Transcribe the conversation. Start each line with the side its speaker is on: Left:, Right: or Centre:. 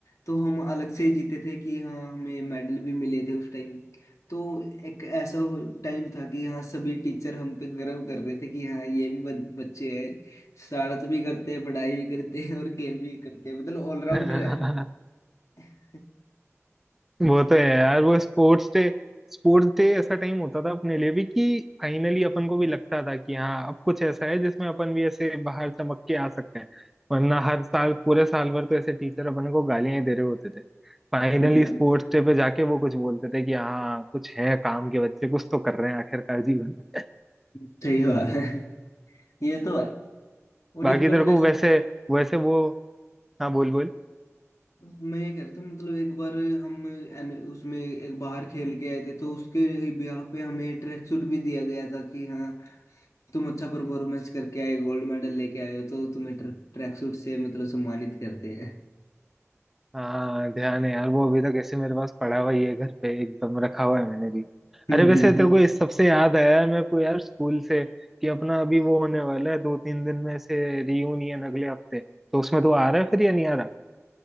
Left: तो हम अलग से ही जीते थे कि हाँ हमें मेडल भी मिले थे उस टाइम तो एक ऐसा टाइम था कि हाँ सभी टीचर हम पे गर्व कर रहे थे कि हाँ ये भी बच- बच्चे हैं शरारत भी करते हैं पढ़ाई भी करते हैं और गेम भी करते हैं मतलब ऑलराउंडर
Centre: जाए
Left: है
Centre: <laughs>
Left: <laughs>
Centre: वो तो है यार वो स्पोर्ट्स डे स्पोर्ट्स डे ऐसा टाइम होता था अपने लिए भी कि फाइनली अपन को भी लगता था कि हाँ अब कुछ ऐसा है जिसमें अपन भी ऐसे बाहर चमक के आ सकते हैं वरना हर साल पूरे साल भर तो ऐसे टीचर अपन को गालियां ही दे रहे होते थे फाइनली
Left: बिल्कुल
Centre: स्पोर्ट्स डे पे जाके वो कुछ बोलते थे कि हाँ कुछ है काम के बच्चे कुछ तो कर रहे हैं आखिरकार जीवन में।
Left: सही बात है ये तो है और
Centre: बाकी
Left: एक बार
Centre: तेरे को
Left: जैसे
Centre: वैसे वैसे वो हाँ बोल बोल
Left: मैं ये कह रहा था मतलब एक बार हम एन- उसमें एक बाहर खेल के आए थे तो उसके ब्याह पे हमें ट्रैक सूट भी दिया गया था कि हाँ तुम अच्छा परफॉर्मेंस करके आए गोल्ड मेडल लेके आए हो तो तुम्हें ट्रैक सूट से मतलब सम्मानित करते हैं
Centre: हाँ ध्यान है यार वो अभी तक ऐसे मेरे पास पड़ा हुआ ही है घर पे एकदम रखा हुआ है मैंने भी
Left: <laughs> हम्म
Centre: अरे वैसे
Left: हम्म,
Centre: तेरे
Left: हम्म।
Centre: को इस सबसे याद आया है मेरे को यार स्कूल से कि अपना अभी वो होने वाला है दो तीन दिन में से रियूनियन अगले हफ्ते तो उसमें तो आ रहा है फिर या नहीं आ रहा